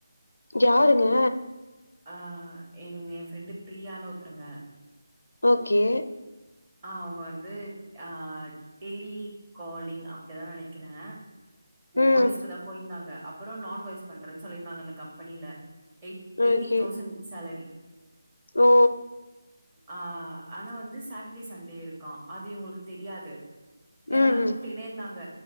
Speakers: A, on the left (about 75°); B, on the right (about 20°).
A: யாருங்க
B: ஆ எங்க என் ஃப்ரெண்டு பிரியான்னு ஒருத்தருங்க
A: ஓகே
B: அவங்க வந்து ஆ டெலி காலிங் அப்டிதா நெனைக்கிறே வாய்ஸ்க்குதா
A: ம்
B: போயிருந்தாங்க அப்பறோ நான் வாய்ஸ் பண்றன்னு சொல்லியிருந்தாங்க அந்த கம்பெனில eight eighteen
A: okay
B: thousand salary
A: ஓ
B: ஆ ஆனா வந்து சாட்டர்டே சண்டே இருக்கா அது இவங்களுக்கு தெரியாது என்னெல்லா
A: ம் ம்
B: கூப்ட்டுகினே இருந்தாங்க